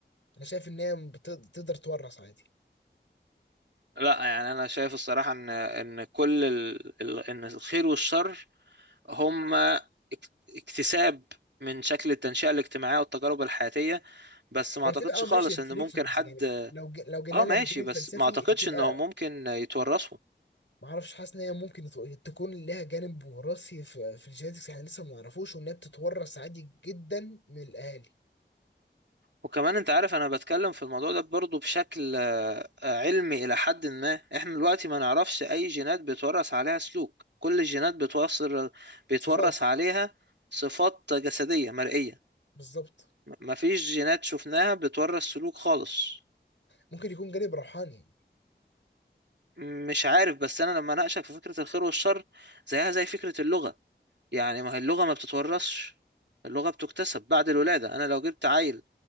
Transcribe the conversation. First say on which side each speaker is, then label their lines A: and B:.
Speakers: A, on the left; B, on the right.
A: انا شايف ان هي بت- تقدر تورث عادي
B: لا يعني أنا شايف الصراحة إن إن كل ال... ال... إن الخير والشر هما اك- اكتساب من شكل التنشئة الاجتماعية والتجارب الحياتية بس ما
A: هي
B: أعتقدش
A: بتبقى اه
B: خالص
A: ماشي ريفليكشنز
B: إن ممكن حد
A: يعني لو ج... لو جينا
B: آه
A: لها
B: ماشي
A: من الجانب
B: بس
A: الفلسفي
B: ما أعتقدش
A: بتبقى
B: إنهم ممكن يتورثوا
A: معرفش حاسس ان هي ممكن يت- تكون لها جانب وراثي في, في الجينيتكس احنا لسه ما نعرفوش وان هي بتتورث عادي جدا من الاهالي
B: وكمان انت عارف انا بتكلم في الموضوع ده برضه بشكل آه، آه، علمي الى حد ما احنا دلوقتي ما نعرفش اي جينات بيتورث عليها سلوك كل الجينات بتوصل بيتورث
A: صفات
B: عليها صفات جسدية مرئية
A: بالظبط
B: م- مفيش جينات شفناها بتورث سلوك خالص
A: ممكن يكون جانب روحاني
B: مش عارف بس انا لما اناقشك في فكرة الخير والشر زيها زي فكرة اللغة يعني ما هي اللغة ما بتتورثش اللغة بتكتسب بعد الولادة انا لو جبت عيل